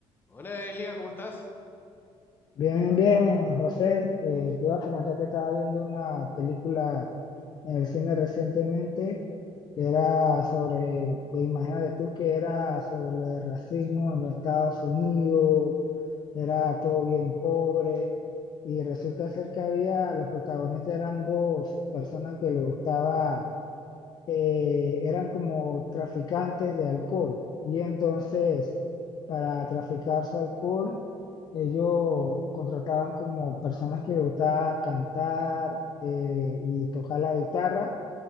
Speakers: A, on the left (about 20°); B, on the left (about 45°).
A: Hola Elia, ¿cómo estás?
B: Bien, bien, José. Eh, te iba a comentar que estaba viendo una película en el cine recientemente que era sobre, imagínate tú que era sobre el racismo en los Estados Unidos, era todo bien pobre y resulta ser que había, los protagonistas eran dos personas que le gustaba eh, eran como traficantes de alcohol. Y entonces, para traficar su alcohol, ellos contrataban como personas que les gustaba cantar eh, y tocar la guitarra.